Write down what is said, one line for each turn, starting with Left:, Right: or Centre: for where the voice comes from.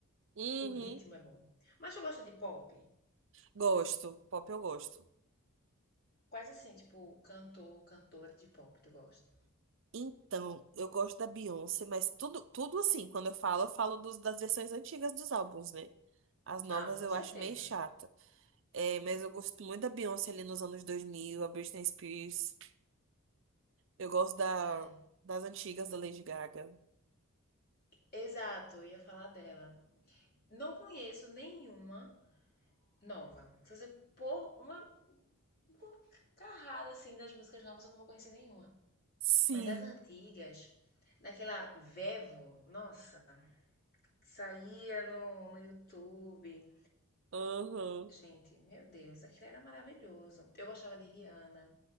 Right: Uhum.
Left: O ritmo é bom. Mas eu gosto de pop.
Right: Gosto, pop eu gosto.
Left: Quais assim, tipo, cantor, cantora de pop tu gosta?
Right: Então, eu gosto da Beyoncé, mas tudo, tudo assim, quando eu falo, eu falo dos- das versões antigas dos álbuns, né? As novas
Left: Ah, com
Right: eu
Left: certeza.
Right: acho meio chata. É, mas eu gosto muito da Beyoncé ali nos anos 2000, a Britney Spears. Eu gosto da,
Left: Ai,
Right: das antigas da Lady Gaga.
Left: exato, eu ia falar dela. Não conheço nenhuma nova. Se você pôr uma, uma carrada assim das músicas novas, eu não vou conhecer nenhuma.
Right: Sim.
Left: Mas as antigas, naquela Vevo, nossa, que saía no, no YouTube.
Right: Uhum.
Left: Gente, meu Deus, aquilo era maravilhoso. Eu gostava de Rihanna.